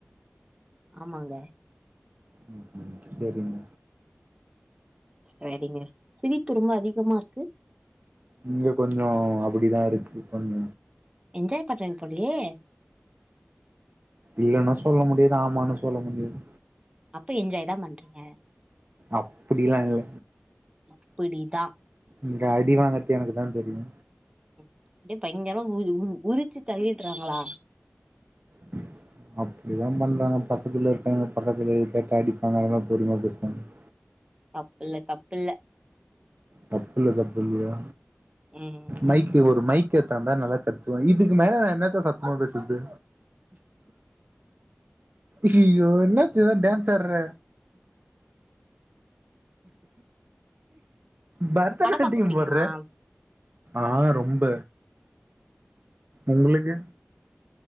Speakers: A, on the right; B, on the right.
A: ஆமாங்க
B: உம்ம் சேரிங்க
A: சேரிங்க சிரிப்பு ரொம்ப அதிகமாருக்கு
B: இங்க கொஞ்ச அப்டிதா இருக்கு கொஞ்ச
A: என்ஜாய் பண்றிங் போலியே
B: இல்லனு சொல்ல முடியாது ஆமானு சொல்ல முடியாது
A: அப்ப என்ஜாய்தா பண்றிங்க
B: அப்டிலா இல்ல
A: இப்படிதான்
B: இங்க அடி வாங்க த்து எனக்குதா தெரியு
A: அப்டியே பயங்கரமா உ உ உரிச்சு தள்ளிட்றாங்களா
B: உஹ அப்டிலா பண்றாங்க பக்கத்துல இருக்காங்க பக்கத்துலது கேட்டா அடிப்பாங்க அதானால பொருமியா பேசங்க <inaudible>
A: தப்புல்ல தப்புல்ல
B: தப்புல்ல தப்புல்லையா
A: ம்
B: மைக்கு ஒரு மைக் கேத்தாந்தா நல்லா கத்துவே இதுக்கு மேல நா என்னாத்த சத்தமா பேசத்து இய்யோ என்னாச்சிதா டான்சாட்ற பர்தநாட்டியம்
A: படம் பாக்க பிடிக்குமா
B: போட்ற ஆ ரொம்ப உங்ளுக்கு